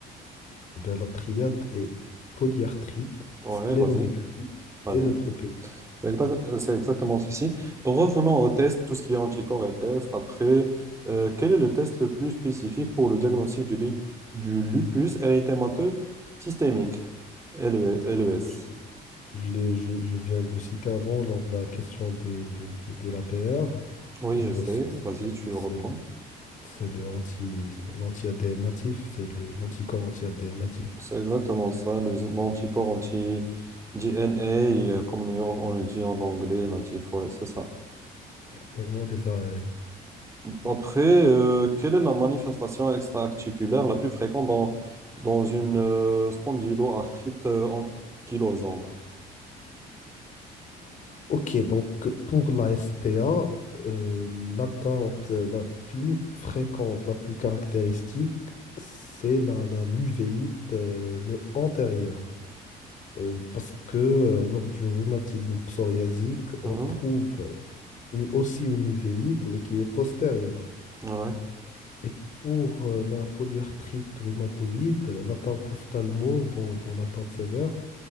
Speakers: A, on the left (about 50°); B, on the right (about 15°).
A: Ben, la triade est polyarthrite,
B: Ouais,
A: splénomégalie
B: vas-y, vas-y.
A: et neutropénie.
B: C'est exact- euh, c'est exactement ceci. Revenons au test, tout ce qui est anticorps et test. Après, euh, quel est le test le plus spécifique pour le diagnostic du, lip- du lupus érythémateux systémique, LE LES?
A: Ben, Je, je l'ai- je- je viens de le citer avant lors de la question de, de, de, de l'APR.
B: Oui,
A: Euh,
B: je
A: ben,
B: sais.
A: c'est
B: Vas-y, tu le
A: c'est-
B: reprends.
A: c'est le anti, l'anti-ADN natif, c'est le- l'anticorps anti-ADN natif.
B: C'est exactement ça, le- l'anticorps anti-DNA, euh, comme on on le dit en anglais, natif. Ouais, c'est ça.
A: Exactement, les AN.
B: Après, euh, quelle est la manifestation extra-articulaire la plus fréquente dans, dans une euh, spondyloarthrite euh, ankylosante?
A: Ok, donc pour la SPA, euh, l'atteinte la plus fréquente, la plus caractéristique, c'est la, la l'uvéite, euh, mais antérieure. Euh, parce que euh, lors du rhumatisme psoriasique,
B: Mhm.
A: on trouve une- aussi une uvéite, mais qui est postérieure.
B: Ouais.
A: Et pour euh, la polyarthrite rhumatoïde, euh, l'attente ophtalmo, dont, dont l'attente sévère,